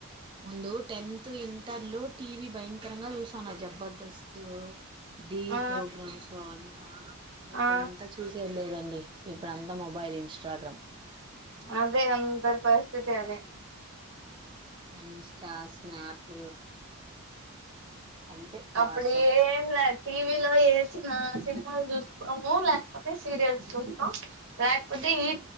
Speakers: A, on the right (about 20°); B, on the right (about 60°).
A: ముందు టెన్త్ ఇంటర్ లో టీవీ భయంకరంగా చూసాను జబర్దస్స్తుత్ ది
B: ఆ
A: ప్రోగ్రామ్స్ అవన్ దా ఇప్పుడంతా
B: ఆ
A: చూసే లేదండి ఇప్పుడు అంతా మొబైల్ ఇన్స్టాగ్రామ్
B: అదే అందరి పరిస్థితి అదే
A: ఇన్స్టా స్నాప్ అంటే వాట్సాప్
B: అప్పుడ ఏం లే టీవీలో వేసిన సినిమాలు చూసుకోము లేకపోతే సీరియల్స్ రాకపోతే
A: అప్పుడు
B: ఈ